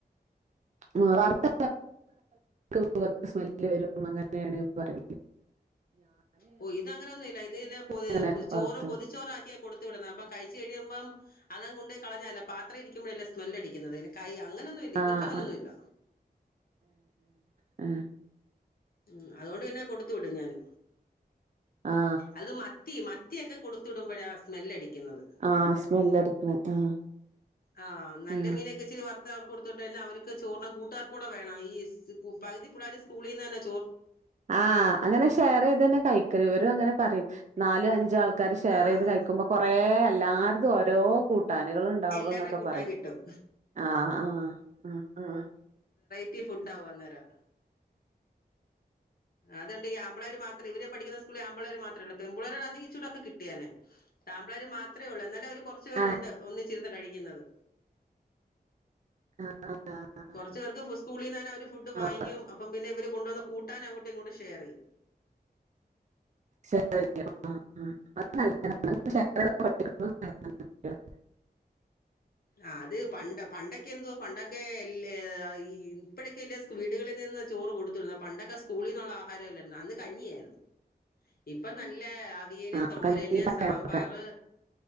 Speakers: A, on the right (about 45°); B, on the left (about 60°).
A: ആ വർത്ത, വർ <unintelligible> സ്മെല്ല് വരും, അങ്ങനെണ് പറേ
B: ഓ ഇതങ്ങനൊന്നുല്ല. ഇതിലൊ
A: അങ്ങനെ
B: ചോറ്
A: വറുത്തു
B: പൊതിച്ചോറാക്കിയാ കൊടുത്തു വിടുന്നെ. അപ്പ കഴിച്ച് കഴിയുമ്പം അതങ്ങ് കൊണ്ടോയി കളഞ്ഞാല്ല പാത്രം ഇരിക്കുമ്പഴല്ലെ സ്മെല്ലടിക്കുന്നത്. അതിന് കൈ അങ്ങനൊന്നുഇല്ല,
A: ആ
B: ഇവർക്കങ്ങനൊന്നുല്ല.
A: ആ അ
B: ഉം. അതുകൊണ്ട് പിന്ന കൊടുത്തു വിടും ഞാന്.
A: ആ
B: അത് മത്തി മത് മത്തിയൊക്കെ കൊടുത്തുടുമ്പൊഴാ സ്മെല്ലടി ക്കുന്നത്
A: ആ സ്മെല്ല് അടിക്കണ ആ
B: ആ നല്ല
A: ആ
B: മീനൊക്കെ ഇച്ചിരി വറത്ത് അവർക്ക് കൊടുത്ത് വിട്ട് കഴിഞ്ഞാ അവർക്ക് ചോർന് കൂട്ടാൻ കൂടെ വേണം ഈ സ് കു പകുതി പിള്ളാര് സ്കൂളിന്നെന്നെ
A: ആ അങ്ങനെ ഷെയറ് ചെയ്ത് ന്നാ കഴിക്ക വ്‌ര് അങ്ങനെ പറിം നാല് അം ഞ്ചാൾക്കാര് ഷെയറ്യ്ത്
B: ആഹ്
A: കയിക്ക്മ്പോ കുറേ എല്ലാർതും ഓരോ കൂട്ട കൂട്ടാനുകൾ ണ്ടാവുംന്നൊക്കെ
B: എല്ലാരുടെ കൂട്ടാൻ
A: പറയും
B: കിട്ടും.
A: ആ ഹാ ആ ആ
B: റ്റി ഫുഡാവും അന്നേരം അതെന്ത് യ്യും ആമ്പിള്ളേര് മാത്രേ ഇവര് പഠിക്കുന്ന സ്കൂളിൽ ആമ്പിള്ളാര് മാത്രേള്ളൂ പെമ്പിള്ളാരാർന്നെങ്കി ഇച്ചിരൂടൊക്കെ കിട്ടിയേനെ ആമ്പിള്ളാര് മാത്രേള്ളൂ എന്നാല് ആ ഒരു കുറച്ചു പേരുണ്ട്
A: ആഹ്
B: ഒന്നിച്ചിരുന്ന് കഴിക്കുന്നത്
A: ആഹ് ആഹ്
B: കൊറച്ച് പേർക്ക് സ് സ്കൂളിന്നന്നെ അവര് ഫുഡ് വാങ്ങിക്കും
A: ആഹ്
B: അപ്പം പിന്നെ ഇവര് കൊണ്ട് വന്ന കൂട്ടാൻ അങ്ങോട്ട് ങ്ങോട്ട് ഷെയറ്യ്യും
A: ഷെയ <unintelligible> റി യ്യും ആ ആ അത് നല്ല താ ണ് ഇപ്പോ ഷെയ റി തൊ ക്കെ പഠിക്കണം എ കുട്ട്യള്
B: ആ അത് പണ്ട് പണ്ടൊക്കെ ന്തുവാ പണ്ടൊക്കെ എല്ല ഇ ഇപ്പഴൊക്കെ അല്ലേ സ്‌കൂ വീടുകളിൽ നിന്ന് ചോറ് കൊടുത്തു വിടുന്നേ പണ്ടൊക്കെ സ്കൂളിന്നുള്ള ആഹാരംല്ലാരുന്നോ അന്ന് കഞ്ഞിയായിരുന്നു ഇപ്പ നല്ല ആൾ വിയല്
A: ആഹ്
B: തോരന്
A: കഞ്ഞി പയറൊക്കെ
B: സാമ്പാറ്